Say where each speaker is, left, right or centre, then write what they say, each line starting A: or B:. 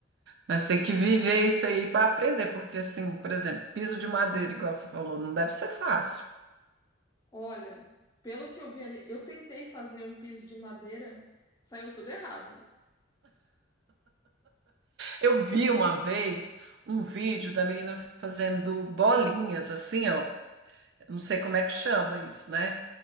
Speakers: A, on the right; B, on the left.
A: Mas tem que viver isso aí para aprender, porque assim, por exemplo, piso de madeira, igual você falou, não deve ser fácil.
B: Olha, pelo que eu vi ali, eu tentei fazer um piso de madeira, saiu tudo errado.
A: Eu vi uma vez um vídeo da menina fazendo bolinhas assim, ó. Eu Não sei como é que chama isso, né?